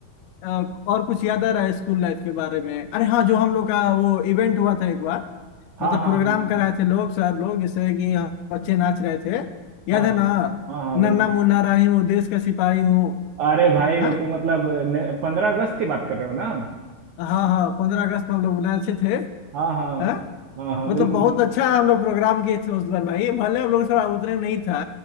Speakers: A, on the left; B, on the right.
A: अ, और कुछ याद आ रहा है स्कूल लाइफ के बारे में अरे हाँ जो हम लोग का वो इवेंट हुआ था एक बार
B: हाँ
A: मतलब
B: हाँ
A: प्रोग्राम
B: हाँ
A: कराए थे लोग सर लोग जैसे कि हम बच्चे नाच रहे थे
B: हाँ
A: याद है
B: हाँ
A: ना
B: हाँ हाँ हाँ बिल्कुल
A: नन्ना मुन्ना राही हूँ देश का सिपाही हूँ
B: अरे भाई वो
A: हाँ
B: तो मतलब पंद्रह अगस्त की बात कर रहे हो ना
A: हाँ हाँ पंद्रह अगस्त को हम लोग नाचे थे
B: हाँ हाँ
A: हाँ
B: हाँ हाँ
A: मतलब
B: बिल्कुल
A: बहुत
B: बिल्कुल
A: अच्छा हम लोग प्रोग्राम किए थे उस बार भाई भले हम लोग थोड़ा उतने नहीं था